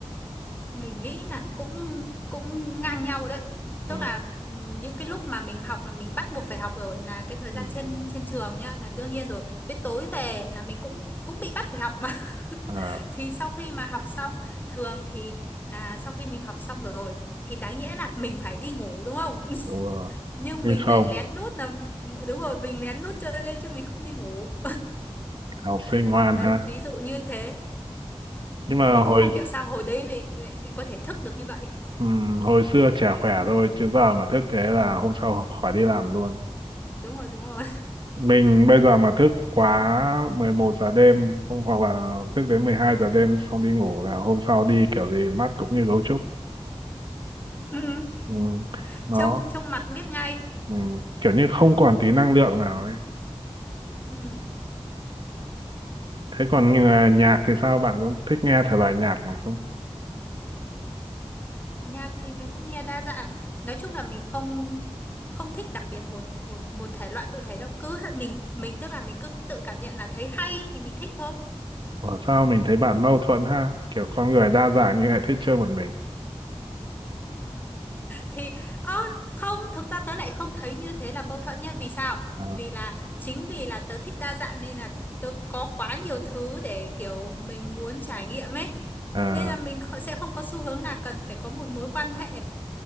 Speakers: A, on the left; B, on the right.
A: mình nghĩ là cũng cũng ngang nhau rồi đấy tức
B: ừ.
A: là ừm, những cái lúc mà mình học là mình bắt buộc phải học rồi là cái thời
B: Ừ.
A: gian trên
B: ừ.
A: trên trường nhá là đương nhiên rồi với tối về là mình cũng cũng bị bắt phải học mà
B: À,
A: <laughs> thì sau khi mà học xong thường thì là sau khi mình học xong rồi thì đáng nhẽ là mình phải đi ngủ đúng không
B: đúng rồi
A: <laughs> nhưng
B: nhưng
A: mình
B: không
A: lại lén nút là đúng rồi mình lén nút chơi game chứ mình không đi ngủ
B: học sinh
A: <laughs>
B: ngoan
A: đấy
B: ha
A: ví dụ như thế
B: nhưng mà
A: mình cũng
B: hồi
A: không hiểu sao hồi đấy mình lại có thể thức được như vậy
B: ừm, hồi xưa chả khỏe thôi chứ giờ mà thức thế là hôm sau khỏi đi làm luôn
A: đúng rồi đúng rồi
B: mình bây giờ mà thức quá 11 giờ đêm không hoặc là thức đến 12 giờ đêm xong đi ngủ là hôm sau đi kiểu gì mắt cũng như gấu trúc
A: <laughs>
B: ừ. Nó
A: trông trông mặt biết ngay
B: Ừ, kiểu như không còn tí năng lượng nào ấy.
A: ừ.
B: Thế còn à, nhạc thì sao? Bạn có thích nghe thể loại nhạc nào không?
A: nhạc thì mình cũng nghe đa dạng nói chung là mình không không thích đặc biệt một một một thể loại cụ thể đâu cứ mình mình tức là mình cứ tự cảm nhận là thấy hay thì mình thích thôi
B: Ở sao mình thấy bạn mâu thuẫn ha? Kiểu con người đa dạng
A: Ừ.
B: nhưng lại thích chơi một mình.
A: thì ơ không thực ra tớ lại không thấy như thế là mâu thuẫn nhá vì sao
B: À,
A: vì là chính vì là tớ thích đa dạng nên là tớ có quá nhiều thứ để kiểu mình muốn trải nghiệm ấy
B: à,
A: nên là mình kh- sẽ không có xu hướng là cần phải có một mối quan hệ